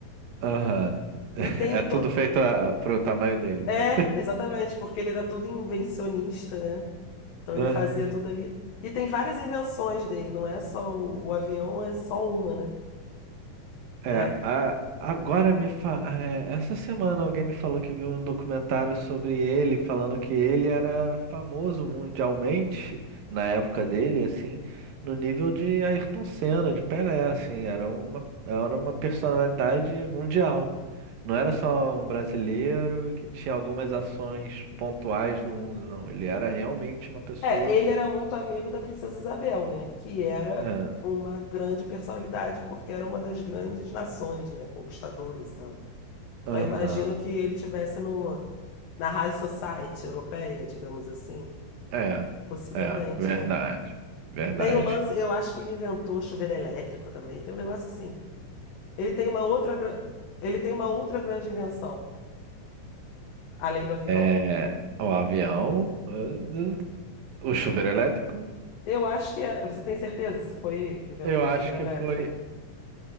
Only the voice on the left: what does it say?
E tem.
To...
É,
exatamente, porque ele era todo invencionista, né? Então ele
fazia tudo ali. E tem várias invenções dele, não é só o, o avião, é só uma, né?
É, a-
é, ele era muito amigo da Princesa Isabel, né? Que era
uma grande personalidade, porque era uma das grandes nações, né? Conquistadoras e tal.
Então eu imagino que ele tivesse no, na High Society europeia, digamos assim.
Possivelmente,
né?
Tem o lance, eu acho que ele inventou chuveiro elétrico também, tem um negócio assim. Ele tem uma outra, gran- ele tem uma outra grande invenção, além do avião.
Eu acho que é. Você tem certeza se foi ele que inventou
o
chuveiro
elétrico?